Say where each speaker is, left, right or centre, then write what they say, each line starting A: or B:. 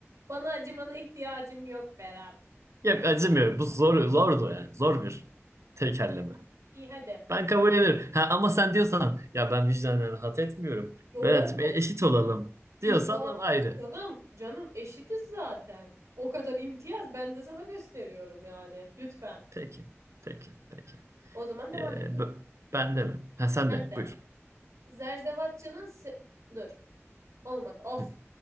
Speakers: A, on the right; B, on the right.
A: Bana acımana ihtiyacım yok Berat.
B: Yok acımıyorum. Bu zor, zordu yani. Zor bir tekerleme.
A: İyi hadi.
B: Ben kabul ederim. Ha, ama sen diyorsan ya ben vicdanen rahat etmiyorum.
A: Yo,
B: Berat'cığım e- eşit olalım
A: vicdan.
B: diyorsan da ayrı.
A: Canım, canım eşitiz zaten. O kadar imtiyaz ben de sana gösteriyorum yani. Lütfen.
B: Peki. Peki. Peki.
A: O zaman devam
B: Ee,
A: ediyorum.
B: b- ben de mi? Ha, sen
A: Ben
B: de.
A: de.
B: Buyur.
A: Zerzevatçının se- Dur. Olmadı. Of.
B: Hı.